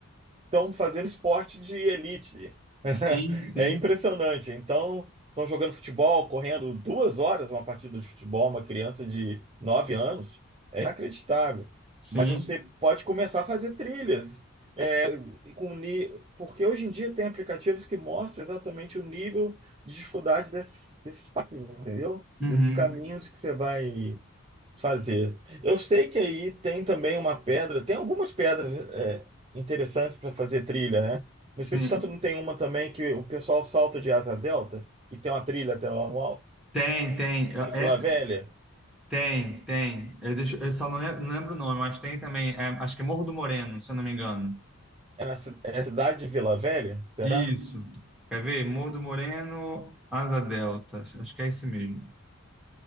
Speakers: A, on the right (about 25°); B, in the centre.
A: estão fazendo esporte de elite. <laughs>
B: Sim, sim.
A: É impressionante. Então, estão jogando futebol, correndo duas horas uma partida de futebol, uma criança de nove anos. É inacreditável.
B: Sim.
A: Mas você pode começar a fazer trilhas. é, com ni- porque hoje em dia tem aplicativos que mostram exatamente o nível de dificuldade desses, desses parques, entendeu?
B: Uhum.
A: Desses caminhos que você vai fazer. Eu sei que aí tem também uma pedra, tem algumas pedras é, interessantes para fazer trilha, né? No
B: Sim.
A: Espírito Santo não tem uma também que o pessoal salta de asa delta e tem uma trilha até lá no alto?
B: Tem, tem. Eu-
A: Em
B: Essa,
A: Vila Velha?
B: tem, tem. Eu, deixo, eu só não le- não lembro o nome, mas tem também. é, acho que é Morro do Moreno, se eu não me engano.
A: É na ci- é a cidade de Vila Velha? Será?
B: Isso. Quer ver? Morro do Moreno, Asa Delta. Acho que é isso mesmo.